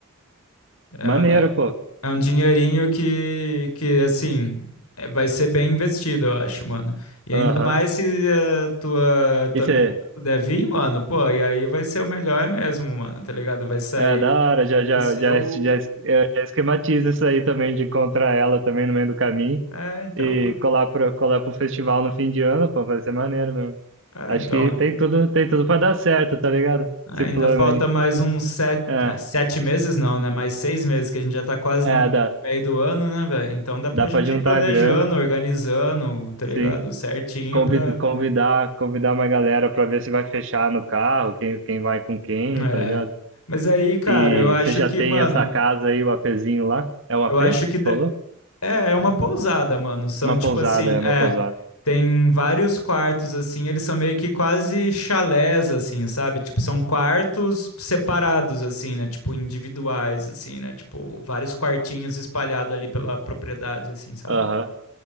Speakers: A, on the left; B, on the right.
A: É
B: Maneiro,
A: um, é
B: pô.
A: É um dinheirinho que, que assim, é- vai ser bem investido, eu acho, mano. E
B: Aham.
A: ainda mais se a tua,
B: E
A: tua
B: você
A: menina puder vir, mano, pô, e aí vai ser o melhor mesmo, mano, tá ligado? Vai sair,
B: É, da hora, já, já,
A: vai ser
B: já,
A: o...
B: já, es- eu já esquematizo isso aí também, de encontrar ela também no meio do caminho
A: É, então,
B: e
A: mano.
B: colar pro, colar pro festival no fim de ano, pô, vai ser maneiro mesmo.
A: É,
B: Acho
A: então,
B: que tem tudo, tem tudo pra dar certo, tá ligado?
A: ainda
B: Esse plano
A: falta
B: aí.
A: mais uns sete,
B: É,
A: ah, sete meses não, né? Mais seis meses, que a gente já tá quase
B: é,
A: no meio,
B: dá,
A: meio do ano, né, velho? Então dá pra
B: dá
A: gente
B: pra juntar
A: ir planejando,
B: a grana,
A: organizando, tá ligado?
B: sim.
A: Certinho
B: Convid,
A: pra...
B: convidar, convidar uma galera pra ver se vai fechar no carro, quem, quem vai com quem,
A: É...
B: tá ligado?
A: Mas aí, cara,
B: E
A: eu acho
B: você já
A: que,
B: tem
A: mano.
B: essa casa aí, o APzinho lá? É um
A: Eu
B: AP?
A: acho que
B: Você
A: de-
B: falou?
A: é, é uma pousada, mano. São
B: Uma
A: tipo
B: pousada,
A: assim,
B: é
A: é,
B: uma pousada.
A: tem vários quartos assim, eles são meio que quase chalés assim, sabe? Tipo, são quartos separados assim, né? Tipo, individuais assim, né? Tipo, vários quartinhos espalhados ali pela propriedade assim, sabe?
B: Aham.